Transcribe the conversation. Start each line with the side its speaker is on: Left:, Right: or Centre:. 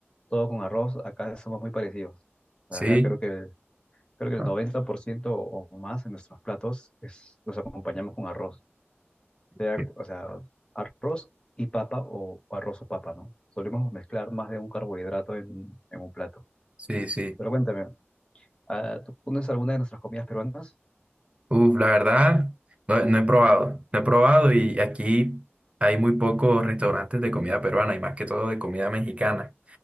Left: todo con arroz, acá somos muy parecidos. Acá
Right: Sí,
Left: creo que, creo que el
Right: Ah,
Left: 90% o más en nuestros platos es, los acompañamos con arroz.
Right: ok.
Left: Sea- o sea, arroz y papa o, o arroz o papa, ¿no? Solemos mezclar más de un carbohidrato en, en un plato.
Right: sí, sí.
Left: Pero cuéntame. Ah, ¿tú conoces alguna de nuestras comidas peruanas?
Right: Uf, la verdad, no, no he probado. No he probado y aquí hay muy pocos restaurantes de comida peruana y más que todo de comida mexicana.